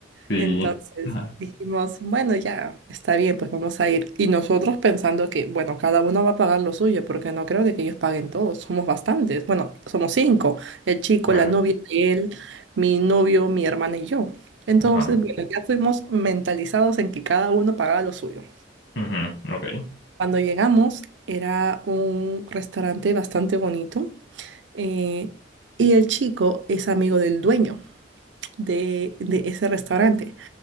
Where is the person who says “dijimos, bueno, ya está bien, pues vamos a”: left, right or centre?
Right